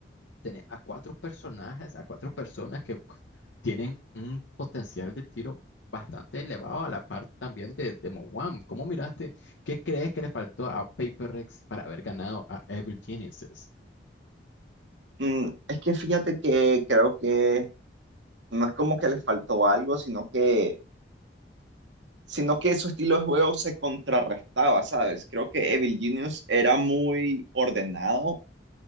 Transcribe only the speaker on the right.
Mm, es que fíjate que creo que no es como que les faltó algo, sino que, sino que su estilo de juego se contrarrestaba, ¿sabes? Creo que Evil Genius era muy ordenado